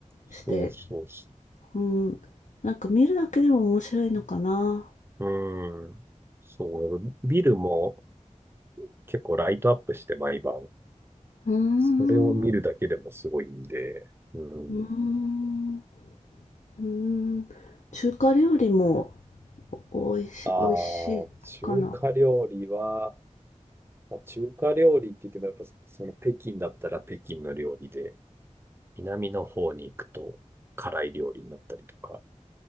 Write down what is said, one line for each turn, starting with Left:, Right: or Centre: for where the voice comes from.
Right: そうそう
Left: して、うん、なんか見るだけでも面白いのかな。
Right: うん。そう、ビルも結構ライトアップして毎晩。
Left: うーん、
Right: それを見るだけでもすごいんで。うん。
Left: う。うーん、うーん。中華料理もお、おいし、
Right: ああ、
Left: おいしいかな。
Right: 中華料理は、まあ、中華料理って言ってもやっぱその北京だったら北京の料理で、南の方に行くと辛い料理になったりとか、